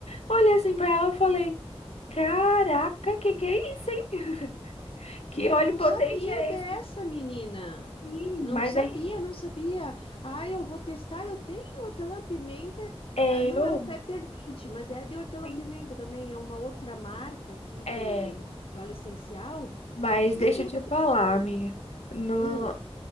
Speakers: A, on the left; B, on the left.
A: Olhei assim pra ela e falei: Caraca, que que é isso, hein? <laughs> Que
B: eu
A: óleo
B: não
A: potente
B: sabia
A: é
B: dessa,
A: esse?
B: menina.
A: Sim,
B: Não
A: mas
B: sabia,
A: aí
B: não sabia. Ah, eu vou testar. Eu tenho hortelã-pimenta.
A: eu,
B: Ah, não é o peppermint, mas é de hortelã-pimenta
A: sim,
B: também. É uma outra marca aqui de,
A: é.
B: de óleo essencial.
A: Mas
B: Eu
A: deixa
B: vou
A: eu te
B: testar.
A: falar, amiga. No...
B: Hum,